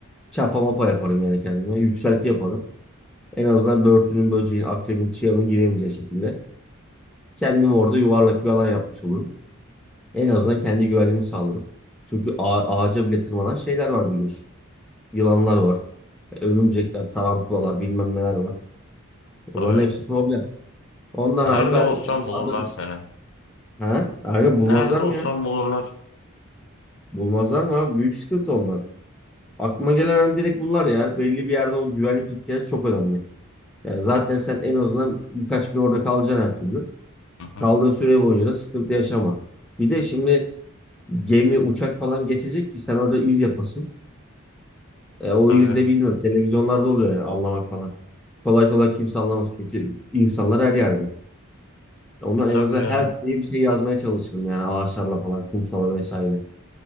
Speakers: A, in the centre; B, on the left (about 60°).
A: Çapa mapa yaparım yani kendime. Yükselti yaparım. En azından börtünün, böceğin, akrebin, çıyanın giremeyeceği şekilde. Kendim orada yuvarlak bir alan yapmış olurum. En azından kendi güvenliğimi sağlarım. Çünkü ağa- ağaca bile tırmanan şeyler var biliyorsun. Yılanlar var, örümcekler, tarantulalar, bilmem neler var. Onların
B: Tabii.
A: hepsi problem. Ondan
B: Nerede
A: abi ben
B: olsam
A: yani
B: bulurlar
A: Adana...
B: seni.
A: Ha? Aynen bulmazlar
B: Nerede olsam
A: mı ya?
B: bulurlar.
A: Bulmazlar mı abi? Büyük sıkıntı ondan. Aklıma gelen hani direkt bunlar ya. Belli bir yerde o güvenlik ihtiyacı çok önemli. Yani zaten sen en azından birkaç gün orada kalacaksın her türlü.
B: Hı hı.
A: Kaldığı süre boyunca da sıkıntı yaşama. Bir de şimdi gemi, uçak falan geçecek ki sen orada iz yapasın. E, o
B: Tabii.
A: iz de bilmiyorum. Televizyonlarda oluyor yani anlamak falan. Kolay kolay kimse anlamaz çünkü insanlar her yerde. Onlar
B: E tabii
A: en azından
B: canım.
A: her diye bir şey yazmaya çalışırım yani ağaçlarla falan, kumsala vesaire.